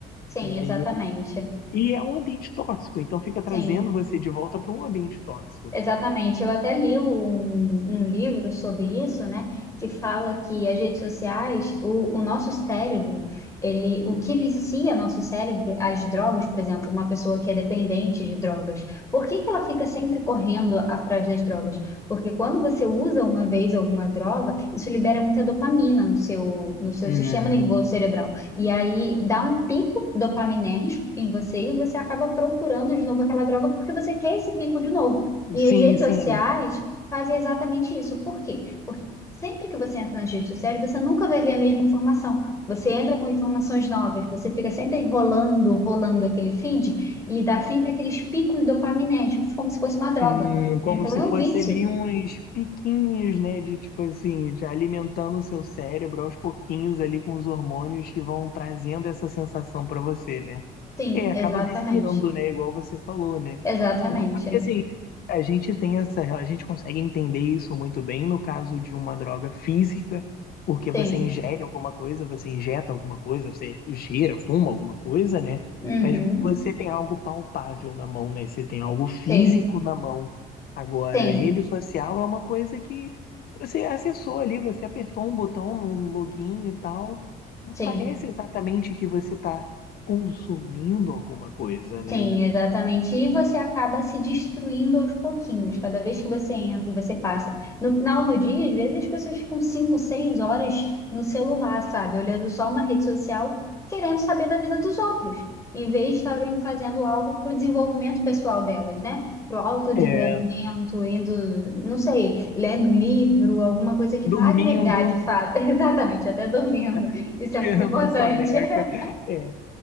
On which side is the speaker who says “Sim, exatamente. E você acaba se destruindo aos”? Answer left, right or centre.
Left